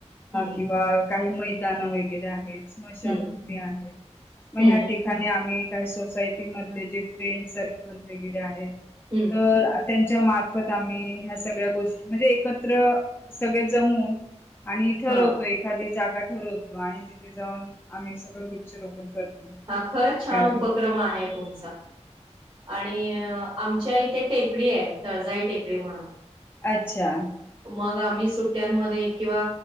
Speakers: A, on the right (about 45°); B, on the left (about 15°).
A: हम्म,
B: किंवा काही मैदाान वगैरे आहेत स्मशानभूमी
A: हम्म,
B: आहेत मग
A: हम्म,
B: ह्या ठिकाणी आम्ही काही सोसायटी मधले जे फ्रेंड सर्कल वगैरे आहेत
A: हम्म.
B: तर त्यांच्या मार्फत आम्ही ह सगळ्या गोष्टी म्हणजे एकत्र सगळे जमून आणि ठरवतो
A: हां.
B: एखादी जागा ठरवतो आणि तिथे जाऊन आम्ही सगळं वृक्ष रोपण करतो
A: हा खरंच छान
B: कारण
A: उपक्रम तुम आणि आम टेकडी आहे तळजाई टेकडी म्हणून
B: अच्छा
A: मग आम्ही सुट्ट्यांमध्ये किंवा